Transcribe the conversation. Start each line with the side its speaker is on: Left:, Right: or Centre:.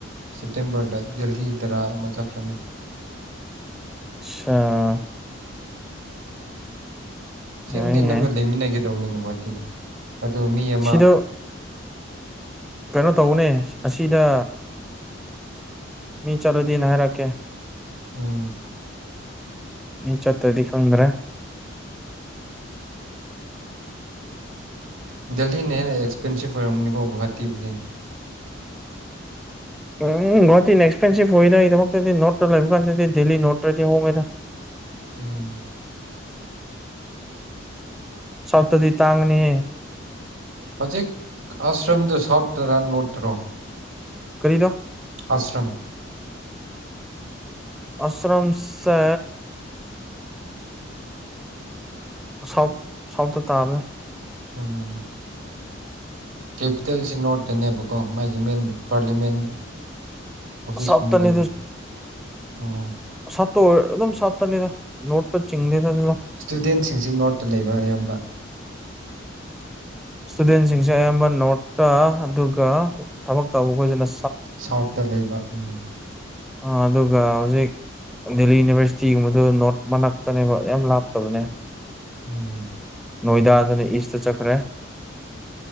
Right: ꯁꯦꯞꯇꯦꯝꯕꯔꯗ ꯗꯦꯍꯤꯗꯔ ꯑꯃ ꯆꯠꯈ꯭ꯔꯅꯤ
Centre: <unintelligible>
Right: ꯁꯤꯕꯨꯗꯤ
Centre: ꯌꯥꯏ
Right: ꯅꯪꯒ
Centre: ꯌꯥꯏ
Right: ꯂꯩꯃꯤꯟꯅꯒꯗꯧꯅꯤꯅ ꯒꯨꯍꯥꯇꯤꯗ ꯑꯗꯣ ꯃꯤ ꯑꯃ
Centre: ꯁꯤꯗ ꯀꯩꯅꯣ ꯇꯧꯕꯅꯦ ꯑꯁꯤꯗ ꯃꯤ ꯆꯠꯂꯨꯗꯤꯅꯦ ꯍꯥꯏꯔꯛꯀꯦ
Right: ꯎꯝ
Centre: ꯃꯤꯆꯠꯇꯗꯤꯛꯪꯗ꯭ꯔ
Right: ꯗꯦꯜꯜꯂꯤꯅ ꯍꯦꯟꯅ ꯑꯦꯛꯁꯄꯦꯟꯁꯤꯞ ꯑꯣꯏꯔꯝꯅꯤꯀꯣ ꯒꯨꯍꯥꯇꯤꯕꯨꯗꯤ
Centre: ꯎꯝ ꯍꯇꯤꯅ ꯑꯦꯛꯁꯄꯦꯟꯁꯤꯚ ꯑꯣꯏꯗ ꯑꯩꯗꯃꯛꯇꯗꯤ ꯅꯣꯠꯇ ꯂꯩꯕ ꯀꯥꯟꯗꯗꯤ ꯗꯦꯜꯂꯤ ꯅꯣꯔꯠꯇ꯭ꯔꯗꯤ ꯍꯣꯡꯉꯦꯗ
Right: ꯎꯝ
Centre: ꯁꯞꯇꯗꯤ ꯇꯒꯅꯤ
Right: ꯍꯧꯖꯤꯛ ꯑꯁ꯭ꯔꯝꯗꯨ ꯁꯥꯎꯠꯇꯔꯥ ꯅꯣꯔꯠꯇꯔꯣ
Centre: ꯀꯔꯤꯗꯣ
Right: ꯑꯁ꯭ꯔꯝ
Centre: ꯑꯁ꯭ꯔꯝꯁꯦ ꯁꯥꯎꯠ ꯁꯥꯎꯠꯇ ꯇꯥꯕꯅꯦ
Right: ꯎꯝ ꯀꯦꯄꯤꯇꯦꯜꯁꯤ ꯅꯣꯔꯠꯇꯅꯦꯕꯀꯣ ꯃꯥꯒꯤ ꯃꯦꯟ ꯄꯥꯔꯂꯤꯌꯥꯃꯦꯟ ꯑꯣꯐꯤꯁ
Centre: ꯁꯥꯎꯠꯇꯅꯤ
Right: ꯀꯨꯝ ꯂꯩ ꯑꯣꯝ
Centre: ꯁꯠꯇ ꯑꯗꯨꯝ ꯁꯠꯇꯅꯤꯗ ꯅꯣꯠꯇ ꯆꯤꯡꯗꯦꯗ ꯑꯗꯨꯗ
Right: ꯁ꯭ꯇꯨꯗꯦꯟꯁꯤꯡꯁꯤ ꯅꯣꯔꯠꯇ ꯂꯩꯕ ꯑꯌꯥꯝꯕ
Centre: ꯏꯁꯇꯨꯗꯦꯟꯁꯤꯡꯁꯦ ꯑꯌꯥꯝꯕ ꯅꯣꯠꯇ ꯑꯗꯨꯒ ꯊꯕꯛ ꯇꯧꯕ ꯈꯣꯏꯁꯤꯅ
Right: ꯁꯥꯎꯠꯇ ꯂꯩꯕ ꯎꯝ
Centre: ꯑ ꯑꯗꯨꯒ ꯍꯧꯖꯤꯛ ꯗꯦꯜꯂꯤ ꯌꯨꯅꯤꯚꯔꯁꯤꯇꯤꯒꯨꯝꯕꯗꯨ ꯅꯣꯔꯠ ꯃꯅꯥꯛꯇꯅꯦꯕ ꯌꯥꯝ ꯂꯥꯞꯇꯕꯅꯦ
Right: <unintelligible>
Centre: ꯅꯣꯏꯗꯥꯗꯅ ꯏꯁꯇ ꯆꯠꯈ꯭ꯔꯦ